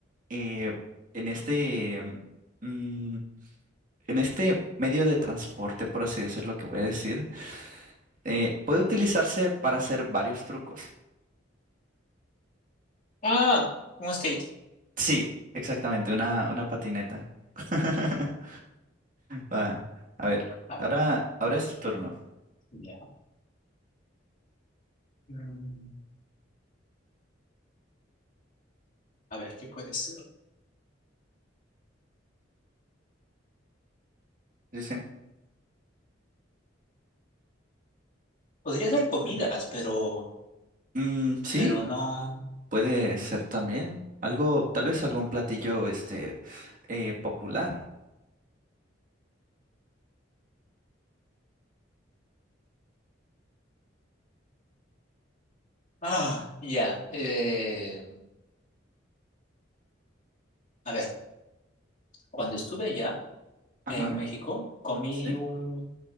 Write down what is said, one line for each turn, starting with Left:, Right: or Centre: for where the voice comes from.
Right: eh, en este, mm, en este medio de transporte, por así decirlo, que voy a decir, eh, puede utilizarse para hacer varios trucos.
Left: ah, un skate.
Right: Sí, exactamente, una, una patineta. <laughs> Va, a ver,
Left: A
Right: ahora,
Left: ver,
Right: ahora es tu turno.
Left: ya. Mm, A ver, ¿qué puede ser?
Right: Sí, sí.
Left: Podría ser comidas, pero,
Right: Mm, sí,
Left: pero no.
Right: puede ser también algo, tal vez algún platillo, este, eh, popular.
Left: Ah, ya. eh, a ver, cuando estuve allá.
Right: Ajá,
Left: en México, comí
Right: sí.
Left: un